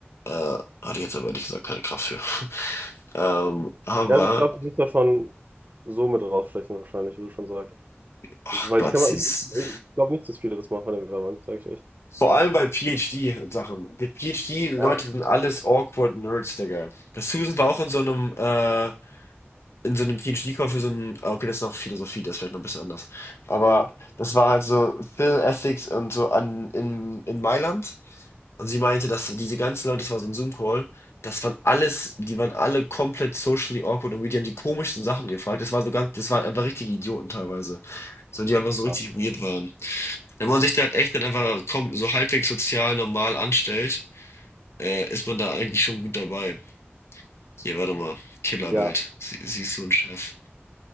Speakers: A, on the left; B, on the right.
A: Äh, hatte ich jetzt aber ehrlich gesagt keine Kraft für. Ähm, aber,
B: Ja, ich glaube, du bist da schon so mit rausstechen wahrscheinlich, wie du schon sagst.
A: ach
B: Das, weil
A: Gott,
B: ich kann
A: sie
B: mal, ich,
A: ist.
B: ich glaube nicht, dass viele das machen, wenn wir wollen, sage ich echt.
A: Vor allem bei PhD-Sachen. Die PhD-Leute
B: Ja.
A: sind alles awkward Nerds, Digga. Das Susan war auch in so einem, äh, in so einem PhD-Call für so einen, ah, okay, das ist noch Philosophie, das ist vielleicht noch ein bisschen anders. Aber
B: Mhm.
A: das war halt so Phil Ethics und so an, in, in Mailand. Und sie meinte, dass diese ganzen Leute, das war so ein Zoom-Call, das waren alles, die waren alle komplett socially awkward und die haben die komischsten Sachen gefragt. Das war so ganz, das waren einfach richtige Idioten teilweise. So, die einfach so richtig
B: Ja.
A: weird waren. Wenn man sich da halt echt dann einfach komm, so halbwegs sozial normal anstellt, äh, ist man da eigentlich schon gut dabei. Hier, warte mal, Killerbild.
B: Ja.
A: Sie, siehst du einen Chef.